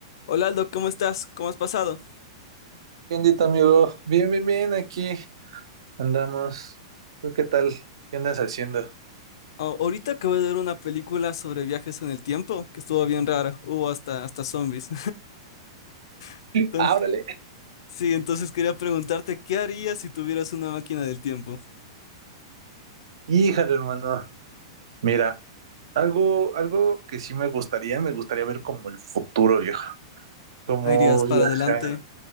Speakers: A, on the left; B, on the right.
A: Hola Aldo, ¿cómo estás? ¿Cómo has pasado?
B: ¿Qué ondita, amigo? Bien, bien, bien, aquí andamos. ¿Tú qué tal? ¿Qué andas haciendo?
A: A- ahorita acabo de ver una película sobre viajes en el tiempo que estuvo bien rara. Hubo hasta, hasta zombies. <laughs> Entonces,
B: Ah, órale.
A: sí, entonces quería preguntarte, ¿qué harías si tuvieras una máquina del tiempo?
B: Híjale, hermano. Mira, algo, algo que sí me gustaría, me gustaría ver como el futuro, viejo. Como
A: ¿Ah, ¿Irías para
B: viajar.
A: adelante?